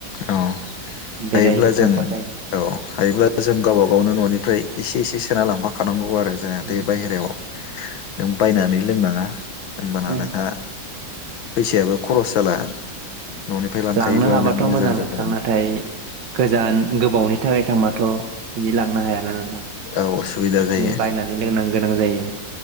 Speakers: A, on the left (about 85°); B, on the right (about 70°).
A: औ हायोब्ला
B: बेरायनो
A: जों
B: थांबाथाय
A: औ हायोब्ला जों गावबा गाव गावनो न'निफ्राय एसे एसे सोना लांफाखानांगौ औ आरो जोंहा
B: औ
A: बे बाहहेरायाव नों बायनानै लोंनाङा होनबाना
B: औ
A: नोंहा फैसायाबो खरस जाला ननिफ्राय लांखायोबा
B: लांनो हाबाथ'
A: नों मोजां
B: मोजां नोंथां
A: जाबाय
B: नाथाय गोजान गोबावनि थाखाय थांबाथ' बिदि लांनो हायाना नोंथां।
A: औ सुबिदा जायो
B: बायनानै लोंनां गोनां जायो